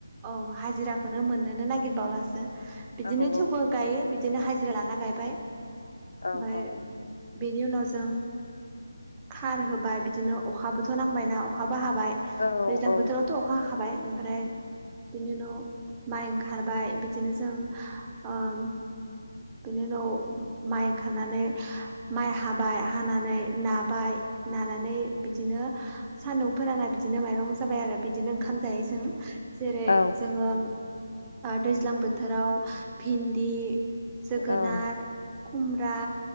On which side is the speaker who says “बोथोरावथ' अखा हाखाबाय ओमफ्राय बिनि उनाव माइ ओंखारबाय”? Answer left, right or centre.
Right